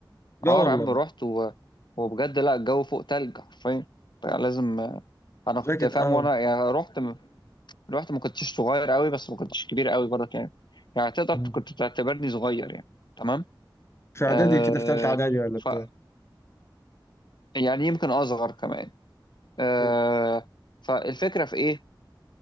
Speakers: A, on the left; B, on the left.
A: لا
B: اه
A: والله
B: يا عم رحت و... وبجد لا الجو فوق تلج حرفيا فلازم انا
A: جاكيت
B: كنت فاهم
A: اه
B: وانا يعني رحت الوقت ما كنتش صغير قوي بس ما كنتش كبير قوي برضه يعني يعني تقدر
A: مم.
B: كنت تعتبرني صغير يعني تمام
A: في اعدادي
B: آه
A: كده في ثالثه اعدادي ولا
B: ف
A: بتاع
B: يعني يمكن اصغر كمان آه
A: حلو.
B: فالفكره في ايه